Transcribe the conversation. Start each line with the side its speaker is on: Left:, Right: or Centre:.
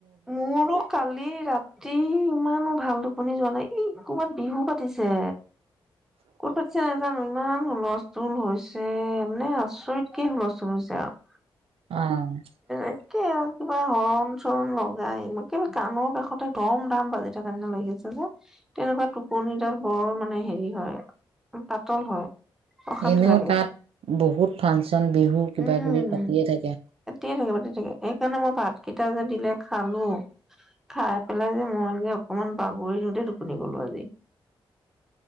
Centre: মোৰো কালি ৰাতি ইমানো ভাল <unintelligible> আপুনি যোৱানাই এই ক'বাত বিহু পাতিছে। কত পাতিছে <unintelligible> জানো ইমান হুলস্থুল হৈছে, মানে আচৰিতকে হুলস্থুল হৈছে আৰু।
Right: অ'
Centre: একে কিবা হৰণ-চৰণ লগাই, কিবা কাণৰ কাষতে, ধম-ধাম বাজি থাকাৰ নিচিনা লাগিছে চা, তেনেকুৱা টোপনিডাল বৰ মানে হেৰি হয়, পাতল হয়। অশান্তি
Right: এনেও
Centre: লাগে
Right: তাত বহুত ফাংচন, বিহু কিবা
Centre: উম।
Right: কিবি পাতিয়ে থাকে।
Centre: <unintelligible> <unintelligible> থাকে সেইকাৰণে মই ভাত কেইটা যে দিলে খালোঁ, খাই পেলাই যে, মই যে, অকমান বাগৰি দিওঁতে টোপনি গলোঁ আজি।